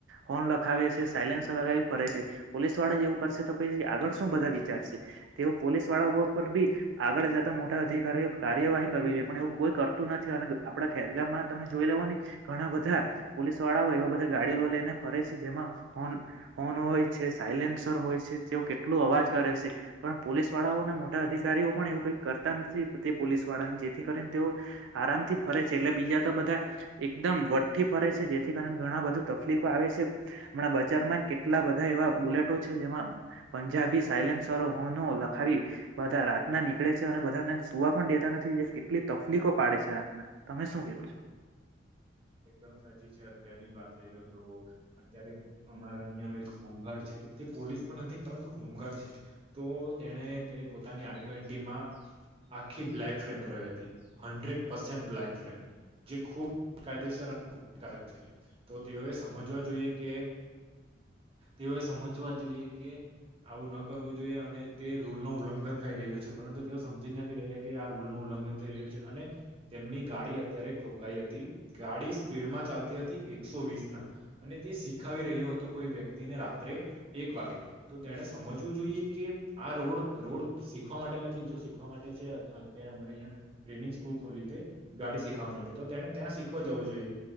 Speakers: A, on the right; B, on the right.
A: હોન લખાવે છે, સાયલન્સર લગાવી ફરે છે, પોલીસ વાળા એવું કરશે તો પછી આગળ શું બધા વિચારશે તેઓ પોલીસ વાળા ઉપર બી આગળ જતા મોટા અધિકારીઓ કાર્યવાહી કરવી જોઈએ પણ એવું કોઈ કરતું ન થી અને આપડા ખેરગામમાં તમે જોઈ લેઓને ઘણા બધા પોલીસ વાળાઓ એવા બધા ગાડીઓ લઈને ફરે છે, જેમાં હોન હોન હોય છે, સાયલેન્સર હોય છે, તેઓ કેટલો અવાજ કરે છે, પણ પોલીસ વાળાઓના મોટા અધિકારીઓ પણ એવું કઈક કરતા નથી તે પોલીસ વાળાને જેથી કરીને તેઓ આરામ થી ફરે છે એટલે બીજા તો બધા એકદમ વટથી ફરે છે જેથી કારણે ઘણા બધું તકલીફો આવે છે છે હમણાં બજારમાં કેટલા બધા એવા બુલેટો છે જેમાં પંજાબી સાઇલન્સરો નો લખાવી બધા રાત ના નીકળે છે અને બધાને સુવા પણ દેતા નથી જે કેટલી તકલીકો પાડે છે રાતના તમે શું કેવો છો.
B: એકદમ સાચી છે અત્યારની જ વાત લઈ લો તો અત્યારે અમારા અહિયાં નો એક હોમગાર્ડ છે તે પોલીસ પણ નથી પરંતુ હોમગાર્ડ છે તો તેણે તેની પોતાની આઈ ટ્વેન્ટીમાં આખી બ્લેક ફ્રેમ કરાવી હતી હન્ડ્રેડ પસેન્ટ બ્લેક ફ્રેમ જે ખૂબ કાયદેસર અને ગુનાકારક છે તો તેઓએ સમજવા જોઈએ કે તેઓએ સમજવા જોઈએ કે આવ વુ ન કરવું જોઈએ અને તે રૂલ નું ઉલ્લંઘન થઈ રહ્યું છે પરંતુ તેઓ સમજી જ નથી રહ્યા કે આ રૂલનું ઉલ્લંઘન થઈ રહ્યો છે અને તેમની ગાડી અત્યારે ઠોકાઈ હતી ગાડી સ્પીડમાં ચાલતી હતી એકસો વીસ ના અને તે શીખાવી રહ્યો હતો કોઈ વ્યક ને રાત્રે એક વાગે તો તેને સમજ જો જોઈએ કે આ રોડ રોડ શીખવા માટે નથી જો શીખવા માટે છે અત્યારે અમારે અહં ટ્રેનિંગ સ્કૂલ ખોલી છે ગાડી શીખવા માટે તો તેને ત્યાં શી શખ જવું જોઈએ